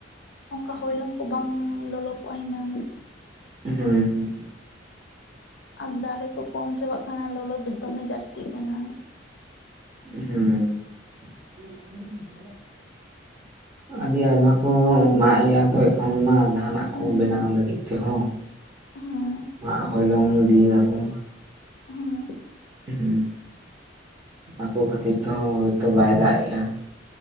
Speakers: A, on the left; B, on the right.
A: ᱚᱝᱠᱟ ᱦᱚᱭᱞᱚᱝ ᱠᱚ ᱵᱟᱝ ᱞᱚᱞᱚ ᱠᱚᱜᱼᱟ ᱦᱤᱱᱟᱹᱝ ᱾
B: ᱦᱩᱸ ᱦᱩᱸ ᱾
A: ᱟᱨ ᱫᱟᱨᱮ ᱠᱚ ᱠᱚᱢ ᱪᱟᱵᱟᱜ ᱠᱟᱱᱟ ᱞᱚᱞᱚ ᱫᱚ ᱫᱚᱢᱮ ᱡᱟᱹᱥᱛᱤᱜ ᱠᱟᱱᱟ᱾
B: ᱦᱩᱸ ᱾ ᱟᱹᱰᱤ ᱟᱭᱢᱟ ᱠᱚ ᱢᱟᱜ ᱮᱜᱼᱟ ᱛᱚ ᱮᱠᱷᱚᱱ ᱢᱟ ᱡᱟᱦᱟᱱᱟᱜ
A: ᱦᱩᱸ
B: ᱠᱚ ᱵᱮᱱᱟᱣ ᱞᱟᱹᱜᱤᱫ ᱛᱮᱦᱚᱸ
A: ᱦᱮᱸ
B: ᱾ ᱢᱟᱜ ᱦᱚᱭᱞᱚᱝ ᱤᱫᱤᱭ ᱫᱟᱠᱚ ᱾
A: ᱦᱮᱸ
B: ᱦᱩᱸ, ᱚᱱᱟ ᱠᱚ ᱠᱷᱟᱹᱛᱤᱨ ᱛᱮᱦᱚᱸ ᱦᱳᱭᱛᱚ ᱵᱟᱭ ᱫᱟᱜ ᱮᱜᱼᱟ ᱾